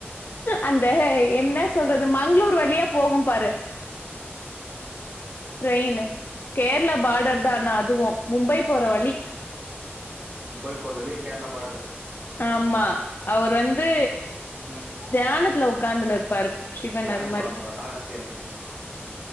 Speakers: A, on the left; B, on the right.
A: அந்த என்ன சொல்றது மங்ளூர் வழியா போகும் பாரு ட்ரெயினு கேரளா பார்டர் தா அனா அதுவு மும்பை போற
B: ஆ
A: வழி
B: மும்பை போற வழியே கேரளா பார்ட்ரு
A: ஆமா அவுரு வந்து
B: ம்
A: தியானத்துல உக்காந்துன்னு இருப்பாரு சிவன்
B: தியானத்துல
A: அது மாரி
B: உக்காந்துவாரா சேரிங் சேரி